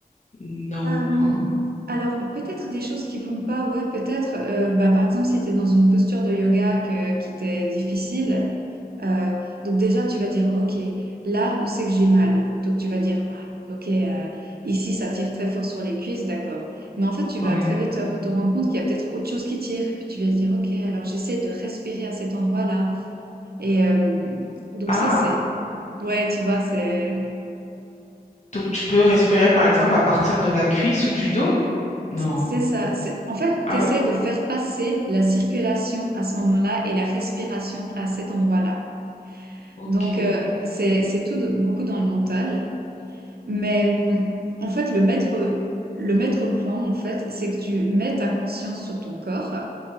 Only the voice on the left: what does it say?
non,
enfin,
ouais.
Ah,
donc tu peux respirer par exemple à partir de la cuisse ou du dos? Non.
Ah
oui?
Ok.